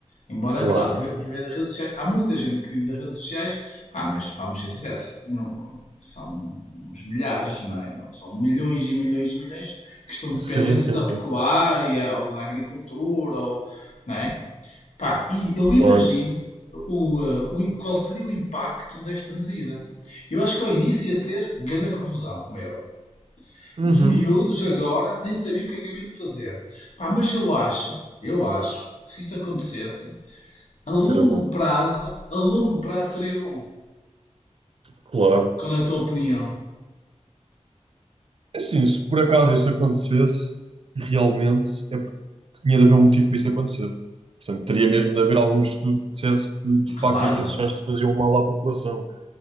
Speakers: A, on the left; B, on the right.
A: Embora,
B: Claro.
A: claro, vi- viver das redes sociais, há muita gente que vive das redes sociais, pá, mas vamos ser sinceros, não, são uns milhares, não é? Não são milhões e milhões e milhões que estão dependentes
B: Sim, sim,
A: da pecuária
B: sim.
A: ou da agricultura, ou, não é? Pá, e eu imagino
B: Claro.
A: o, eh, o- qual seria o impacto desta medida. Eu acho que ao início ia ser grande confusão, como é óbvio.
B: Uhum.
A: Os miúdos agora nem sabiam o que é que haviam de fazer. Pá, mas eu acho, eu acho, se isso acontecesse, a longo
B: Que era bom.
A: prazo, a longo prazo seria bom.
B: Claro.
A: Qual é a tua opinião?
B: É assim, se por acaso isso acontecesse, realmente é porque tinha de haver um motivo para isso acontecer. Portanto, teria mesmo de haver algum estudo que dissesse que, de facto,
A: Claro,
B: as redes sociais faziam mal à população.